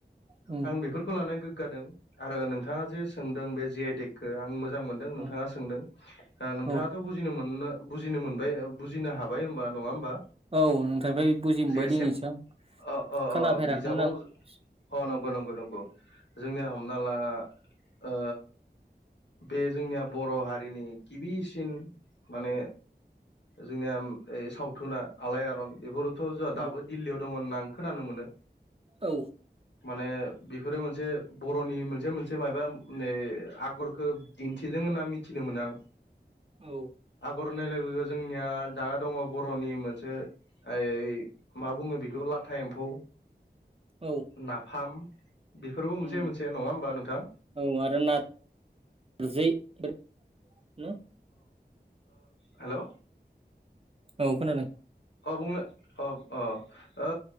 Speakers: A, on the right; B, on the left.
A: उम
B: आं बेफोरखौ लानाय गोग्गादों आरो नों जे सोंदों बे जि आइ टेक खो आं मोजां मोनदों नोंथाङा
A: उम
B: सोंदों नोंथाङाथ'
A: औ
B: बुजिनो मोननो बुजिनो मोनबाय बुजिनो हाबाय होनबा नङा होमबा?
A: औ नोंथांफ्राय बुजि मोनबाय
B: जे सेब
A: दिनैसो आं
B: अ
A: खोनाफेराखैमोन
B: बिजाबाव
A: आं
B: अ नंगौ
A: उम
B: नंगौ नंगौ जोंनिया हमना ला ओ बे जोंनिया बर' हारिनि गिबिसिन माने जोंनिया सावथुना आलायआरन बेफोर थ' जोंहा दाबो
A: औ
B: दिल्लीयाव दं होनना आं खोनानो मोनो
A: औ।
B: माने बेफोरो मोनसे बर'नि मोनसे मोनसे मायोबा आगरखौ दिन्थिदों होनना मिथिदोंमोन आं
A: औ।
B: आगर होननाय लोगो लोगो जोंनिया दा दङ बर'नि मोनसे ओइ मा बुङो बेखौ लाथा एम्फौ,
A: औ
B: नाफाम बेफोरबो मोनसे
A: उम
B: मोनसे नङा होमबा नोंथां
A: औ आरो ना नारजै हालौ
B: हेलौ
A: औ खोनादों।
B: औ बुंनो औ औ